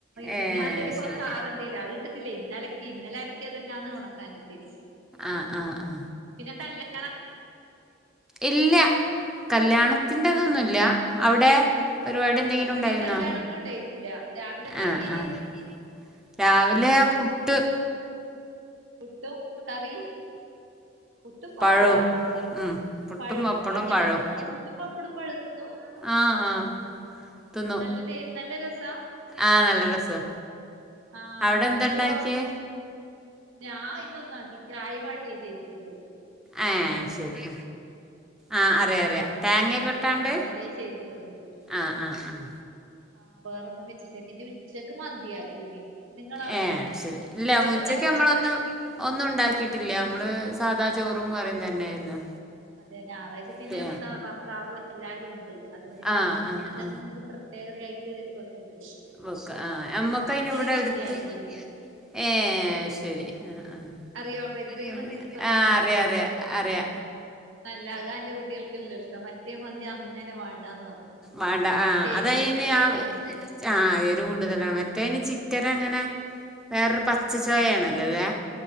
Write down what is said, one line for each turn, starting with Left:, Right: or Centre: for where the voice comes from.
Centre: ഏഹ്
Right: മിനിഞ്ഞാന്നത്തേല് കൊറച്ച്
Centre: ശരി
Right: ആറണ്ടേല്ലാ അത്ട്ത്തിട്ടില്ലേ ഇന്നലക്കീ ഇന്നലെ അലക്കിയെതല്ലാംന്ന് ഉണക്കാനിട്ടീന്
Centre: ആഹ ആഹ ആഹ
Right: പിന്നെ കല്യാണ
Centre: ഇല്ല കല്യാണത്തിന്റെതൊന്നുല്ല്യ. അവിടെ? പരിപാടി എന്തെങ്കിലും
Right: ഇവിടെ
Centre: ഉണ്ടായിരുന്നോ.
Right: കല്യാണൊന്നും ഉണ്ടായിട്ടില്ല രാവിലെ ഉണ്ടാക്കീന്
Centre: ആഹ് ആഹ് രാവിലെ പുട്ട്.
Right: പുട്ടും കറി പുട്ടും വപ്പടാ.
Centre: പഴവും ഉം പുട്ടും
Right: പഴും
Centre: പപ്പടും
Right: അങ്ങനെ
Centre: പഴവും
Right: തിന്നോ ഫുട്ടും പപ്പടം പഴം തിന്നും
Centre: ആഹ് ആഹ് തിന്നു
Right: നല്ല ടെസ്റ്റാ നല്ല രസാ?
Centre: ആഹ് നല്ല രസാ
Right: ആഹാ
Centre: അവിടെ
Right: പിന്നിതോ?
Centre: എന്താണ്ടാക്കിയേ
Right: ഞാപിന്നെ ഒന്നാക്കി ക്റായ് വായിട്ടേ ചെയ്തിട്ടുള്ളു.
Centre: ഏഹ് ശെരി ആഹ് അറിയാ അറിയ തേങ്ങൊക്കെട്ടാണ്ട്.
Right: മുട്ടയിട്ടിട്ട് ആഹ് അതേ ചെയ്തിട്ടുള്ളൂ
Centre: ആഹ്, ആഹ്, ആഹ്.
Right: ആഹ് വേറൊന്നും വെച്ചിട്ടേ പിന്നെ ഉച്ചക്ക് മന്തിയാക്കീന് നിങ്ങളോ
Centre: ഏ ശെരി ഇല്ല,
Right: ഉച്ചക്കെന്താക്കീന്
Centre: ഉച്ചക്ക് ഞമ്മളൊന്ന് ഒന്നും ഉണ്ടാക്കിയിട്ടില്ല നമ്മള് സാദാ ചോറും കറിയും തന്നെയായിരുന്നു
Right: അതെ ഞായറാഴ്ച പിന്നെ
Centre: പി
Right: ഞ്ഞമ്മക്ക് ആ ഭർത്താവ് എല്ലാരുണ്ട് അതുകൊണ്ട്
Centre: ആ
Right: ഞാ
Centre: ആ
Right: എന്തെങ്കു
Centre: ആ
Right: പ്രേത്യാ പ്രത്യേകതയായിട്ട് വെക്കല്ല്ണ്ട്
Centre: വെക്കാ ആ ഞ്ഞമ്മക്കയിനിവടെ
Right: മന്തിയാക്കീനിന്ന്
Centre: എട്ത്ത് ഏഹേ അഹ് ശെരി ആ ആഹാ
Right: അറിയോ പെരി പെരി മന്തി വെക്കലുണ്ടാ
Centre: ആഹ് അറിയറിയ അറിയ
Right: നല്ല അത അന്റെ കുട്യാൾക്കെല്ലാം ഇഷ്ടം മറ്റേ മന്തി അങ്ങനെ വേണ്ടാന്ന് പറഞ്ഞു
Centre: വേണ്ട ആഹ്
Right: എരു
Centre: അതയിന്
Right: കൂടുതല്ലാന്ന് ഇത്
Centre: ആ എരു കൂടുതലാണ് മറ്റേ നി ചിറ്റരങ്ങനെ വേറൊരു പച്ചച്ചോയണല്ലോ ല്ലേ